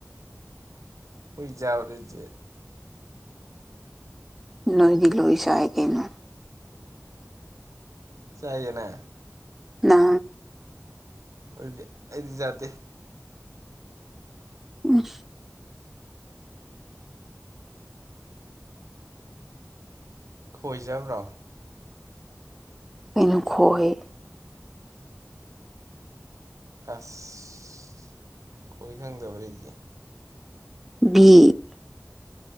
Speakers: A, on the right; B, in the centre.
A: ꯑꯣꯏꯖꯕꯔꯖ
B: ꯅꯣꯏꯗꯤ ꯂꯣꯏꯁꯥꯏ ꯀꯩꯅꯣ
A: ꯆꯩꯥꯏꯅꯥ
B: ꯂ
A: ꯑꯣꯏꯗꯤ ꯑꯩꯗꯤꯖꯗꯦ
B: ꯎꯝ
A: ꯈꯣꯏꯖꯕ꯭ꯔꯣ
B: ꯀꯩꯅꯨ ꯍꯍ
A: ꯑꯁ ꯈꯣꯏ ꯈꯪꯗꯕꯔꯗꯤ
B: <inaudible>